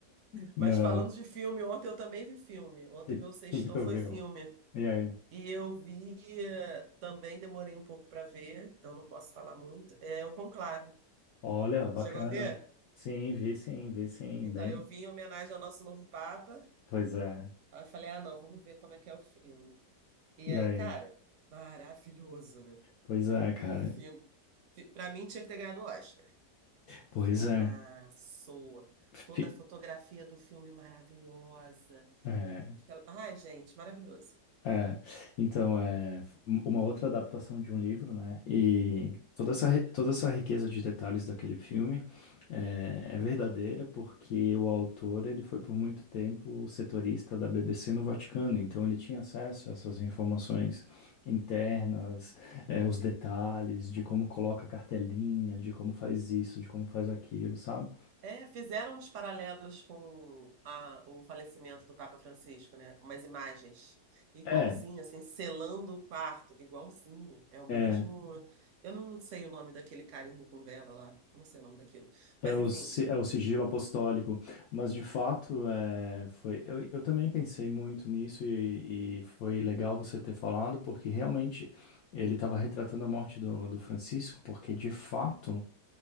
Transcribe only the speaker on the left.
Não.
O
que,
que que tu
viu?
E aí?
Olha, bacana.
Sim, vi sim, vi sim,
bem.
Pois é.
E
aí?
Pois é, cara.
Pois
é.
Fi-
é.
É, então, é f- um, uma outra adaptação de um livro, né? E toda
essa, ri- toda essa riqueza de detalhes daquele filme é, é verdadeira porque o autor, ele foi por muito tempo setorista da BBC no Vaticano, então ele tinha acesso a essas informações internas, é, os detalhes de como coloca a cartelinha, de como faz isso, de como faz aquilo, sabe?
É,
é.
É
o,
si- é o sigilo apostólico, mas de fato é, foi. Eu, eu também pensei muito nisso e, e foi legal você ter falado, porque realmente ele estava retratando a morte do, do Francisco, porque de fato